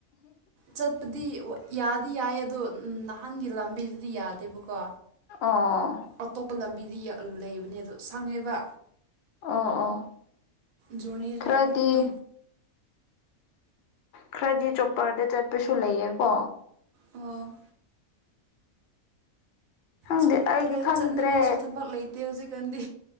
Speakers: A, on the right; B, on the left.
A: ꯆꯠꯄꯗꯤ ꯌꯥꯗꯤ ꯌꯥꯏ ꯑꯗꯣ ꯅꯍꯥꯟꯒꯤ ꯂꯝꯕꯤꯗꯗꯤ ꯌꯥꯗꯦꯕꯀꯣ
B: ꯑꯥ
A: ꯑꯇꯣꯞꯄ ꯂꯝꯕꯤꯗꯤ ꯂꯩꯕꯅꯦ ꯑꯗꯣ ꯁꯪꯉꯦꯕ
B: ꯑꯣ ꯑꯣ
A: ꯖꯣꯔꯅꯤꯁꯦ
B: ꯈꯔꯗꯤ
A: ꯇꯨ
B: ꯈꯔꯗꯤ ꯆꯣꯞꯄꯔꯗ ꯆꯠꯄꯁꯨ ꯂꯩꯌꯦ ꯀꯣ
A: ꯑꯣ
B: ꯈꯪꯗꯦ
A: ꯆꯠꯇ꯭ꯔꯦ
B: ꯑꯩꯗꯤ ꯈꯪꯗ꯭ꯔꯦ
A: ꯆꯠꯅꯤꯡꯉꯥꯏꯁꯨ ꯊꯕꯛ ꯂꯩꯇꯦ ꯍꯧꯖꯤꯛꯀꯥꯟꯗꯤ